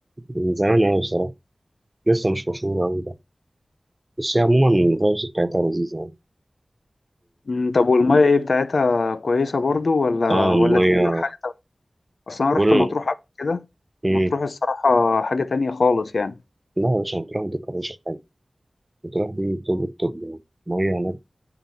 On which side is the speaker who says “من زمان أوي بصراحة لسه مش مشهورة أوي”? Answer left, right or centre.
Right